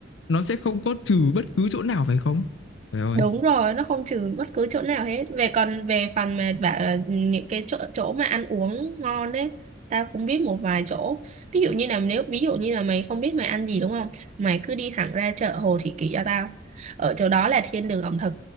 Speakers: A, on the left; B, on the right.
A: nó sẽ không có trừ bất cứ chỗ nào phải không? Trời ơi.
B: Đúng rồi, nó không trừ bất cứ chỗ nào hết. Về còn về phần mà bảo là những cái chỗ chỗ mà ăn uống ngon đấy, tao cũng biết một vài chỗ. Ví dụ như là nếu ví dụ như là mày không biết mày ăn gì đúng không? Mày cứ đi thẳng ra chợ Hồ Thị Kỷ cho tao. Ở chỗ đó là thiên đường ẩm thực.